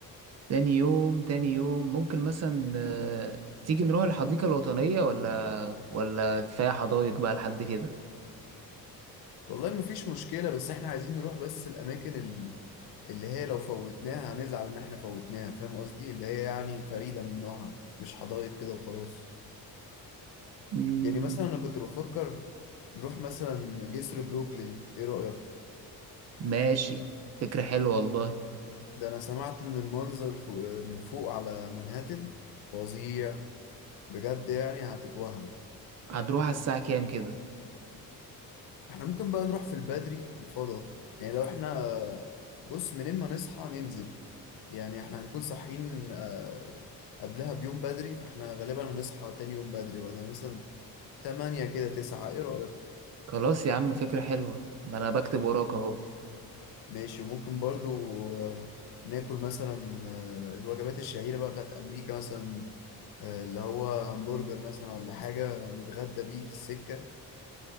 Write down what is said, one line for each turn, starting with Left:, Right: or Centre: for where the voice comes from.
Right: تاني يوم تاني يوم ممكن مثلا آه، تيجي نروح الحديقة الوطنية ولا ولا كفاية حدايق بقى لحد كده
Left: والله مفيش مشكلة بس احنا عايزين نروح بس الاماكن ال- اللي هي لو فوتناها هنزعل ان احنا فوتناها فاهم قصدي اللي هي يعني فريدة من نوعها مش حدائق كده وخلاص
Right: مم،
Left: يعني مثلا انا كنت بفكر نروح مثلا جسر بروكلين ايه رأيك
Right: ماشي فكرة حلوة والله
Left: ده انا سمعت ان المنظر فوق من فوق على منهاتن فظيع بجد يعني هتتوهم
Right: هنروح على الساعة كام كده
Left: احنا ممكن بقى نروح في البدري في الفضاء يعني لو احنا بص منين ما نصحى ننزل يعني احنا هنكون صاحيين آه، قبلها بيوم بدري فاحنا غالبا هنصحى تاني يوم بدري ولا مثلا 8 كده 9 ايه رأيك
Right: خلاص يا عم فكرة حلوة ما أنا بكتب وراك أهو
Left: ماشي وممكن برضو آه، ناكل مثلا آه، الوجبات الشهيرة بقى بتاعت أمريكا مثلا آه، اللي هو همبرجر مثلا ولا حاجة نتغدى بيه في السكة